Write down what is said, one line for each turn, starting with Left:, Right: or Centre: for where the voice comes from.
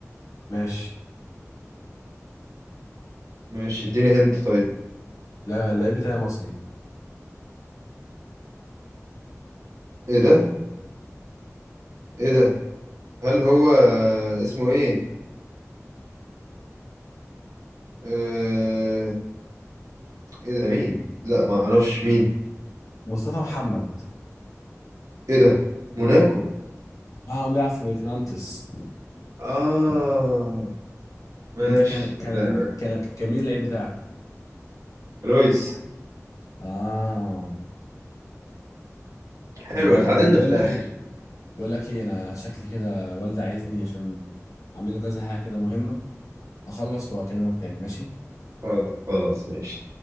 Left: ماشي
Right: ماشي اديني هنت طيب
Left: لا اللعيب بتاعي مصري
Right: ايه ده ايه ده هل هو آه، اسمه ايه آه، ايه ده مين لا ما اعرفش مين
Left: مصطفى محمد
Right: ايه ده موناكو
Left: مصطفى محمد بيلعب في في نانتس
Right: اه ماشي
Left: انت كان كان
Right: لا
Left: كان كان مين اللعيب بتاعك؟
Right: رويس
Left: اه طب
Right: حلو
Left: آه،
Right: اتعادلنا
Left: بقول
Right: في الاخر
Left: لك ايه بقول لك ايه انا شكلي كده والدي عايزني عشان اعمل له كذا حاجه كده مهمه اخلص واكلمك تاني ماشي
Right: خلاص خلاص، ماشي